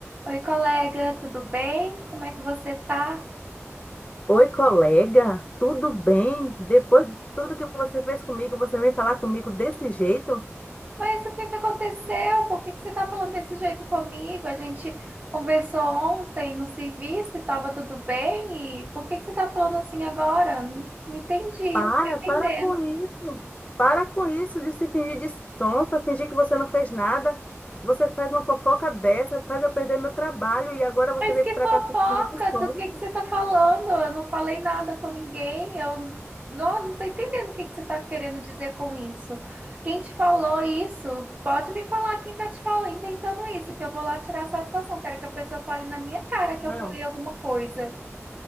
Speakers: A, on the right; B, on the left.
A: Oi, colega, tudo bem? Como é que você tá?
B: Oi, colega, tudo bem? Depois de tudo que você fez comigo, você vem falar comigo desse jeito?
A: Mas o que que aconteceu? Por que que você tá falando desse jeito comigo? A gente conversou ontem no serviço e tava tudo bem, e por que que você tá falando assim agora? Não entendi,
B: Para,
A: não tô
B: para
A: entendendo.
B: com isso. Para com isso de se fingir de sonsa, fingir que você não fez nada. Você faz uma fofoca dessa, faz eu perder meu trabalho e agora você
A: Mas
B: vem
A: que
B: para
A: fofoca,
B: cá se fingir de sonsa.
A: do que que você tá falando? Eu não falei nada com ninguém, eu não, não tô entendendo o que que você tá querendo dizer com isso. Quem te falou isso? Pode me falar quem tá te falando, inventando isso, que eu vou lá tirar satisfação. Quero que a pessoa fale na minha cara que
B: Não.
A: eu falei alguma coisa.